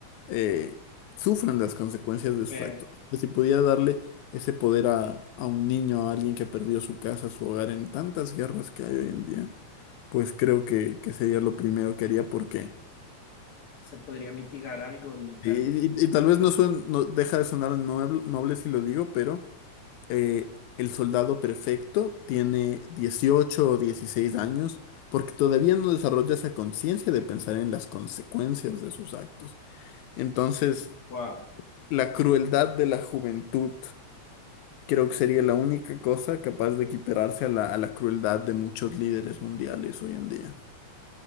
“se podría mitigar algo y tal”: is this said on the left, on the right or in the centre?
Left